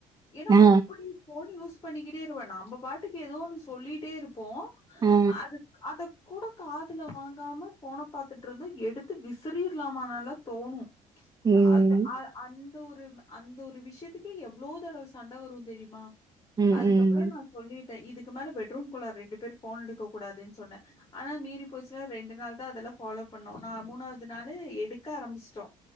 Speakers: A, on the left; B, on the right.
A: ஏன்னா
B: ஆ
A: அப்டி போன் யூஸ் பண்ணிக்கிட்டே இருப்பா நம்ப பாட்டுக்கு எதோ ஒன்னு சொல்லிட்டே இருப்போ
B: ஆ
A: அது அத கூட காதுல வாங்காம ஃபோன பாத்துட்டுருந்தா எடுத்து விசிறிற்லாமான்லா தோணு
B: ம்
A: அது அ அந்த ஒரு அந்த ஒரு விஷயத்துக்கே எவ்ளோ தடவ சண்ட வரு தெரியுமா
B: ம்
A: அதுக்கப்புற
B: ம் ம்
A: நா சொல்லிட்டே இதுக்கு மேல பெட்ரூம் குள்ள ரெண்டு பேரு ஃபோன எடுக்க கூடாதுன்னு சொன்னே ஆனா மீறி போச்சுன்னா ரெண்டு நாள் தான் அதெல்லா ஃபாலோ பண்ணோ ந மூணாவது நாள் எடுக்க ஆரம்பிச்சிட்டோ